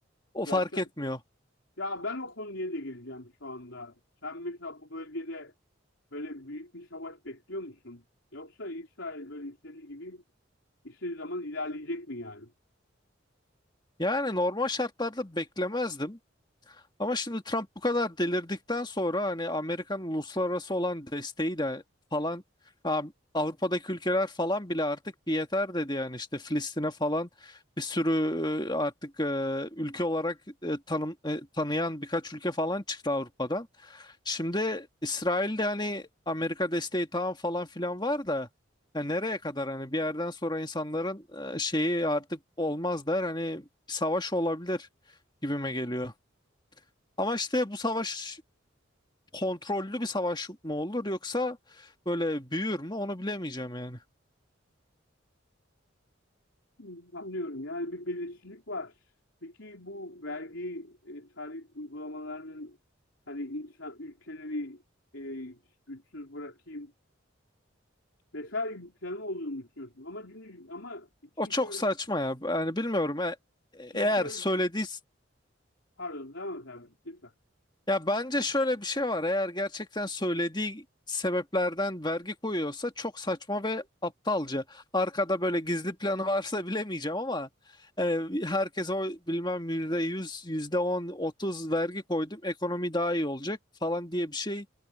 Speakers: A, on the left; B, on the left.
A: O fark
B: zaten.
A: etmiyor.
B: Ya ben o konuya da geleceğim şu anda. Sen mesela bu bölgede böyle büyük bir savaş bekliyor musun? Yoksa İsrail böyle istediği gibi istediği zaman ilerleyecek mi yani?
A: Yani normal şartlarda beklemezdim. Ama şimdi Trump bu kadar delirdikten sonra hani Amerikan uluslararası olan desteği de falan ha, Avrupa'daki ülkeler falan bile artık bir yeter dedi yani işte Filistin'e falan bir sürü e, artık e, ülke olarak e, tanım, e, tanıyan birkaç ülke falan çıktı Avrupa'dan. Şimdi İsrail'de hani Amerika desteği tamam falan filan var da ya nereye kadar hani bir yerden sonra insanların e, şeyi artık olmaz der hani savaş olabilir gibime geliyor. Ama işte bu savaş kontrollü bir savaş mı olur yoksa böyle büyür mü onu bilemeyeceğim yani.
B: Hı, Anlıyorum. Yani bir belirsizlik var. Peki bu vergi e, tarif uygulamalarının hani insan ülkeleri e, güçsüz bırakayım vesaire bir planı olduğunu düşünüyorsun. Ama çünkü ama Çin
A: O çok
B: şöyle
A: saçma ya. Yani bilmiyorum. E- eğer
B: Çin şöyle
A: söylediği
B: pardon devam et abi lütfen.
A: Ya bence şöyle bir şey var. Eğer gerçekten söylediği sebeplerden vergi koyuyorsa çok saçma ve aptalca. Arkada böyle gizli planı varsa <laughs> bilemeyeceğim ama yani herkes o bilmem yüzde yüz, yüzde on, otuz vergi koydum ekonomi daha iyi olacak falan diye bir şey